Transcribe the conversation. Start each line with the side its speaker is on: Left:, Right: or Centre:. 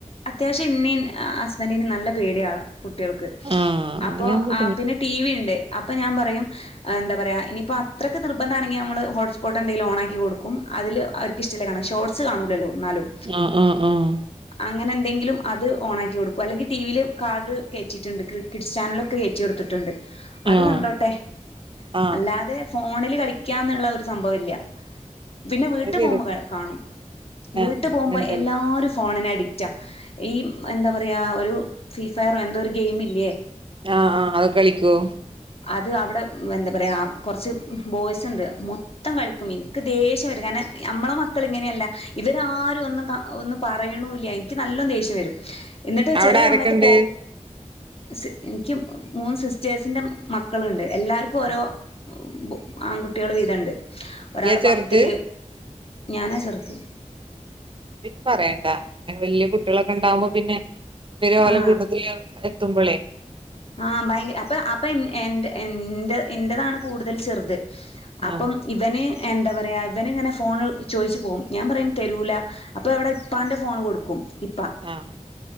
Left: അത്യാവശ്യം എന്നേം ഹസ്ബന്റിന് നല്ല പേടിയാള കുട്ടികൾക്ക്
Right: ആ അങ്ങനാവുമ്പോ
Left: അപ്പൊ ആ പിന്നെ ടിവി ഇണ്ട് അപ്പൊ ഞാൻ പറയും ആ എന്താ പറയാ ഇനിയിപ്പോ അത്രക്ക് നിർബന്ധാണെങ്കി നമ്മള് ഹോട്ട്സ്പോട്ടെന്തെങ്കിലും ഓണാക്കി കൊടുക്കും അതില് അവര് ക്കിഷ്ട്ടല്ലേ കാണാ ഷോട്സ് കാണുല്ലല്ലോ ഇന്നാലും
Right: ആഹ് ആഹ് ആഹ്
Left: അങ്ങനെ എന്തെങ്കിലും അത് ഓണാക്കി കൊടുക്കും അല്ലെങ്കി ടിവില് കാർഡ് കേറ്റിട്ടുണ്ട്. കിഡ്സ് ചാനലൊക്കെ കേറ്റി കൊടുത്തിട്ടുണ്ട് അത്
Right: ആ
Left: കണ്ടോട്ടെ
Right: ആഹ്
Left: അല്ലാതെ ഫോണില് കളിക്കാന്നുള്ള ഒരു സംഭ ഇല്യ പിന്നെ വീട്ടി
Right: അത് ചെയ്തു
Left: പോകുമ്പേ കാണും
Right: ആഹ്
Left: വീട്ടു പോകുമ്പോ
Right: ണ്ട്
Left: എല്ലാരും ഫോണിനടി റ്റാ ഈ എന്താ പറയാ ഒരു ഫ്രീ ഫയറോ എന്തോ ഒരു ഗെയിമില്ലേ
Right: ആഹ് ആഹ് അതൊക്കെ കളിക്കോ?
Left: അത് അവിടെ എന്താ പറയാ കൊറച്ച് ബോയ്സ്ണ്ട് മൊ ത്തം കളിക്കും ഇനിക്ക് ദേഷ്യം വരും കാരണം നമ്മളെ മക്കളിങ്ങനെ അല്ല ഇവരാരും ഒന്നും കാ ഒന്നും പറയണു ഇല്ല എനിക്ക് നല്ലോ ദേഷ്യം വരും എന്നിട്ട്
Right: അവിടെ
Left: ചെല
Right: ആരൊക്കെണ്ട്
Left: സമയത്ത് പോ സ് എനിക്ക് മൂന്ന് സിസ്റ്റേഴ്സിന്റെ മക്കളുണ്ട് എല്ലാർക്കും ഓരോ
Right: ആഹ്
Left: ബോ ആൺകുട്ടികള് വീതണ്ട് ഒരാള്
Right: ഇയ്യാ ചെറുത്
Left: പത്തില് ഞാനാ ചെറുത്
Right: പിന്നെ പറയണ്ടാ അങ്ങനെ വല്യ കുട്ടിളൊക്കെ ഉണ്ടാവുമ്പോ പിന്നെ ഇവരും ഓലെ
Left: ആ
Right: കൂട്ടത്തില് എത്തുമ്പോളേ
Left: ആഹ് ഭയങ്കര അപ്പൊ അപ്പൊ എൻ എന്റെ എന്റെതാണ് കൂടുതൽ ചെറുത് അപ്പം
Right: ആഹ്
Left: ഇവന് എന്താ പറയുക ഇവനിങ്ങനെ ഫോൺൾ ചോയിച്ച് പോകും ഞാൻ പറയും തെരൂല അപ്പൊ അവിടെ ഇപ്പാന്റെ ഫോണ് കൊടുക്കും ഇപ്പാ
Right: ആഹ്